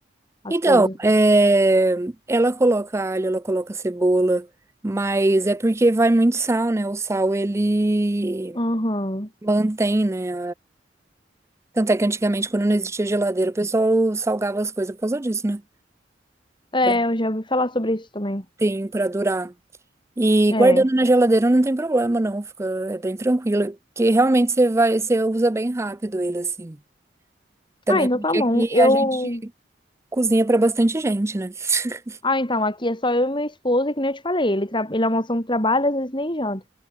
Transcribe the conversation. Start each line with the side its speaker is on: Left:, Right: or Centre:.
Left: as
Right: Então,
Left: coisas.
Right: é, ela coloca alho, ela coloca cebola, mas é porque vai muito sal, né? O sal ele
Left: Aham.
Right: mantém, né? Tanto é que antigamente, quando não existia geladeira, o pessoal salgava as coisas por causa disso, né?
Left: É,
Right: Pra,
Left: eu já ouvi falar sobre isso também.
Right: tem para durar. E
Left: É.
Right: guardando na geladeira não tem problema, não. Fica, é bem tranquilo. Porque realmente você vai, você usa bem rápido ele, assim. Também
Left: Ah, então
Right: porque
Left: tá bom.
Right: aqui
Left: Eu.
Right: a gente cozinha para bastante gente, né? <laughs>
Left: Ah, então, aqui é só eu e meu esposo, e que nem eu te falei. Ele, tra... ele almoça no trabalho, às vezes nem janta.